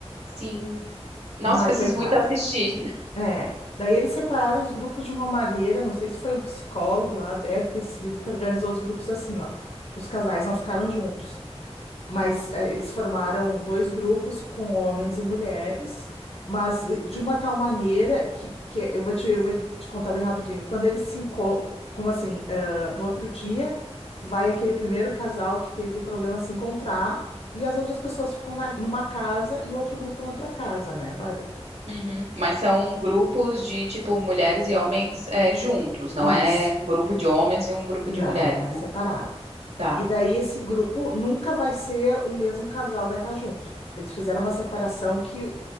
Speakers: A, on the right (about 85°); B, on the left (about 60°).
A: sim. Nossa,
B: Ai,
A: eu preciso
B: coitada.
A: muito assistir.
B: É, daí eles separaram os grupos de uma maneira, não sei se foi um psicólogo lá, deve ter sido, que organizou os grupos assim, ó. Os casais não ficaram juntos, mas eh, eles formaram dois grupos com homens e mulheres, mas eh, de uma tal maneira que, que eu vou te, eu vou te contar bem rapidinho. Quando eles se encontram, como assim, ah, no outro dia, vai aquele primeiro casal que teve o problema se encontrar, e as outras pessoas ficam na- numa casa e o outro grupo na outra casa, né, Bárbara?
A: Uhum. Mas são grupos de, tipo, mulheres e homens é, juntos, não
B: Isso.
A: é um grupo de homens e um grupo
B: Não,
A: de mulheres,
B: não é
A: né?
B: separado.
A: Tá.
B: E daí esse grupo nunca vai ser o mesmo casal, vai estar junto. Eles fizeram uma separação que,